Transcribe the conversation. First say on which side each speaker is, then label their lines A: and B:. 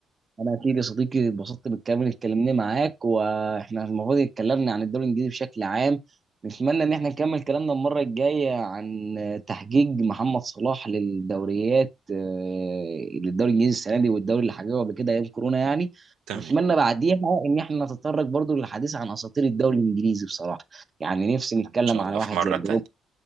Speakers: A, on the right (about 35°); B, on the right (about 80°).
A: انا اكيد يا صديقي اتبسطت بالكلام اللي اتكلمناه معاك واحنا المفروض اتكلمنا عن الدوري الانجليزي بشكل عام نتمنى ان احنا نكمل كلامنا المره الجايه عن تحقيق محمد صلاح للدوريات آه، للدوري الانجليزي السنه دي والدوري اللي حققه قبل كده ايام كورونا يعني
B: تمام
A: ونتمنى بعديها ان احنا نتطرق برضو للحديث عن اساطير الدوري الانجليزي بصراحه يعني نفسي نتكلم
B: ان شاء
A: على
B: الله
A: واحد
B: في مره
A: زي دروب
B: تانية